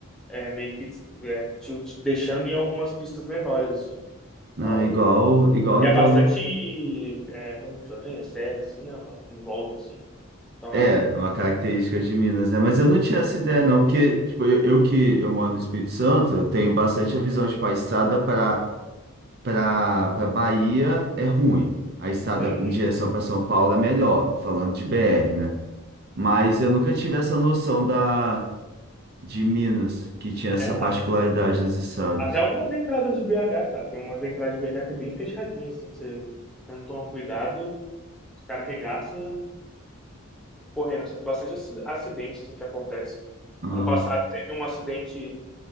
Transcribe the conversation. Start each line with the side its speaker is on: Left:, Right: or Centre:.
Centre: é, meio que é, te deixando em algumas pistas menores, assim. Então,
Right: Não, igual, igual
Centre: e
Right: então.
Centre: é bastante é, montanha, serra, assim, né, em volta, assim. Então
Right: É,
Centre: é um.
Right: uma característica de Minas, né? Mas eu não tinha essa ideia, não, porque tipo, eu, eu que eu moro no Espírito Santo, eu tenho bastante a visão, tipo, a estrada para para Bahia é ruim. A estrada
Centre: Uhum.
Right: em direção para São Paulo é melhor, falando de BR,
Centre: sim.
Right: né? Mas eu nunca tive essa noção da de Minas, que tinha essa
Centre: É,
Right: particularidade
Centre: a
Right: nas estradas.
Centre: Até algumas entradas de BH, cara. Tem umas entradas de BH que é bem fechadinha, assim. Você você não toma cuidado, os caras arregaçam correndo. Assim, bastante aci- acidente assim, que acontece.
Right: Ah,
Centre: Ano passado teve um acidente,